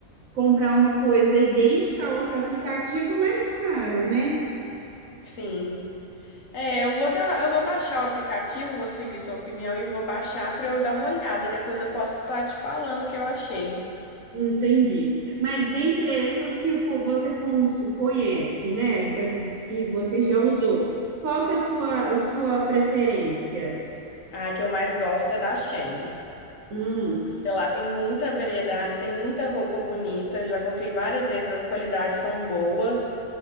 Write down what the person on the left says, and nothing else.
Sim. É, eu vou dar, eu vou baixar o aplicativo, vou seguir sua opinião e vou baixar pra eu dar uma olhada. Depois eu posso estar te falando o que eu achei.
A que eu mais gosto é da Shein.
E Lá tem muita variedade, tem muita roupa bonita. Eu já comprei várias vezes, as qualidades são boas.